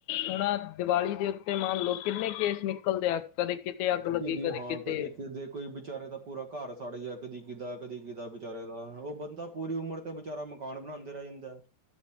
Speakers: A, on the left; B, on the right.
A: ਹੁਣ ਦੀਵਾਲੀ ਦੇ ਉੱਤੇ ਮੰਨ ਲਓ ਕਿੰਨੇ ਕੇਸ ਨਿਕਲਦੇ ਆ। ਕਦੇ ਕਿਤੇ ਅੱਗ ਲੱਗੀ
B: ਕਿਦੀ ਹਾਂ
A: ਕਿਤੇ
B: ਕਦੇ ਕਿਦੇ ਕੋਈ ਵਿਚਾਰੇ ਦਾ ਪੂਰਾ ਘਰ ਸੜ ਗਿਆ ਕਦੀ ਕਿਦਾ ਕਦੀ ਕਿਦਾ ਵਿਚਾਰੇ ਦਾ ਉਹ ਬੰਦਾ ਪੂਰੀ ਉਮਰ ਤੇ ਵਿਚਾਰਾ ਮਕਾਨ ਬਣਾਦੇ ਰਹ ਜਾਂਦਾ।